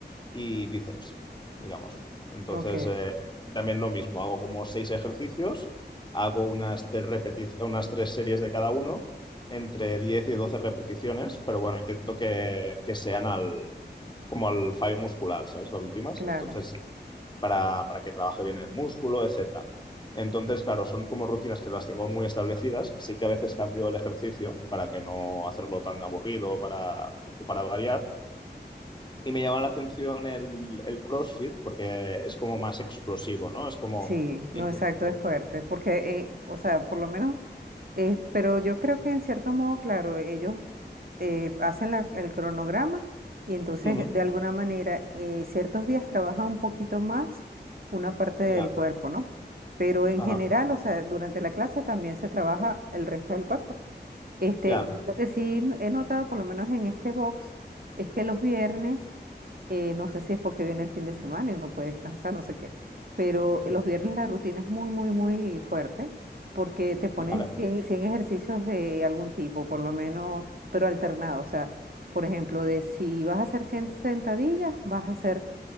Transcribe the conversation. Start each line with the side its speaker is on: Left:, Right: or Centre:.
Left: y bíceps, digamos. Entonces,
Right: ok,
Left: eh, y también lo mismo, hago como seis ejercicios, hago unas tres repetici- unas tres series de cada uno, entre 10 y 12 repeticiones, pero bueno, intento que, que sean al, como al fallo muscular, ¿sabes? Las últimas.
Right: claro.
Left: Entonces, para, para que trabaje bien el músculo, etcétera. Entonces, claro, son como rutinas que las tengo muy establecidas. Sí que a veces cambio el ejercicio para que no hacerlo tan aburrido, para, para variar. Y me llama la atención el, el CrossFit porque es como más explosivo, ¿no? Es como
Right: Sí, no,
Left: incluso
Right: exacto,
Left: puede
Right: es fuerte,
Left: ser-
Right: porque, eh, o sea, por lo menos, eh, pero yo creo que en cierto modo, claro, ellos eh, hacen la- el cronograma y entonces
Left: Ujú,
Right: de alguna manera eh, ciertos días trabaja un poquito más una parte del
Left: Ya,
Right: cuerpo, ¿no? Pero en
Left: ajá,
Right: general, o sea, durante la clase también se trabaja el resto del cuerpo. Este,
Left: ya,
Right: yo lo que sí he notado, por lo menos en este box, es que los viernes eh, no sé si es porque viene el fin de semana y uno puede descansar, no sé qué, pero
Left: ya,
Right: los viernes la rutina es muy, muy, muy fuerte porque te ponen
Left: vale,
Right: cien cien ejercicios de algún tipo, por lo menos, pero alternado. O sea, por ejemplo, de si vas a hacer 100 sentadillas, vas a hacer